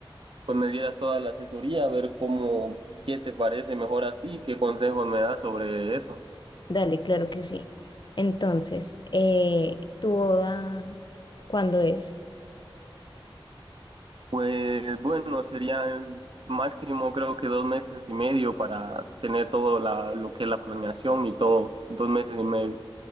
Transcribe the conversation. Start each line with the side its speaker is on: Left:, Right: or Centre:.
Right: pues me dieras toda la asesoría, a ver cómo, qué te parece mejor a ti, qué consejos me das sobre eso.
Left: dale, claro que sí. Entonces, eh, ¿tu boda cuándo es?
Right: Pues bueno, sería máximo creo que dos meses y medio para tener todo la, lo que es la planeación y todo, dos meses y medio.